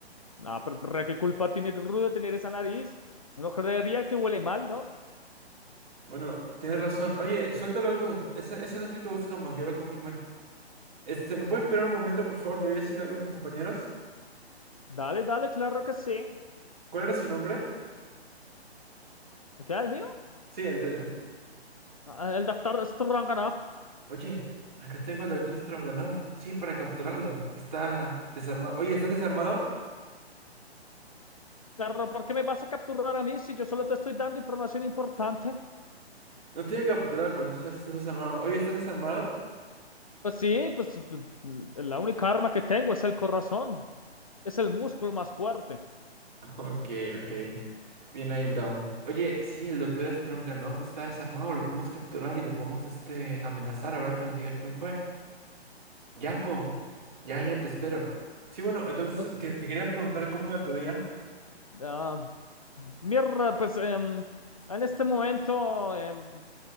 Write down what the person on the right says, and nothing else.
Bueno, tienes razón. Oye, suéltalo, Gru. Ese, ese no es el que buscamos, ya lo confirmé. Este, ¿me puedes esperar un momento, por favor? Le voy a decir algo a mis compañeros.
¿Cuál era su nombre?
Sí, el tuyo.
Oye, acá tengo al doctor Stronganov. Sí, para capturarlo. Está desarmado. Oye, ¿estás desarmado?
No te voy a capturar, pero necesito saber si estás desarmado. Oye, ¿estás desarmado? <laughs>
Ok, ok. Bien ahí, Brown. Oye, sí, el doctor Stronganoff está desarmado. Lo podemos capturar y lo podemos este, amenazar a ver que nos diga quién fue. Ya, po. Ya, ya te espero. Sí, bueno, entonces
que- te quería preguntar cómo iba tu día.